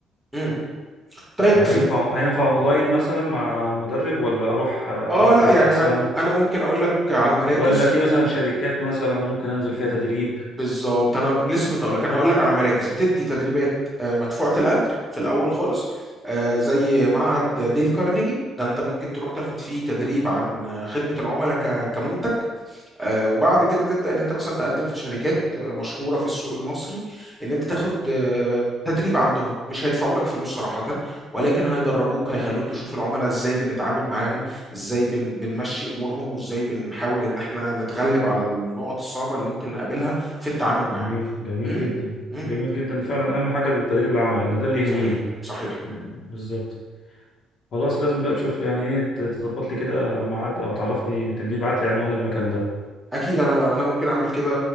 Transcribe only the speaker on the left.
هينفع
هينفع اونلاين مثلا مع مدرب ولا اروح آه،
مركز
احسن
ولا في مثلا شركات مثلا ممكن انزل فيها تدريب
جميل جميل
جدا
جميل جدا فعلا اهم حاجة التدريب العملي لان ده اللي يهمني
بالظبط خلاص لازم بقى تشوف يعني ايه تظبط لي كده ميعاد او تعرفني تدي بعت لي عنوان المكان ده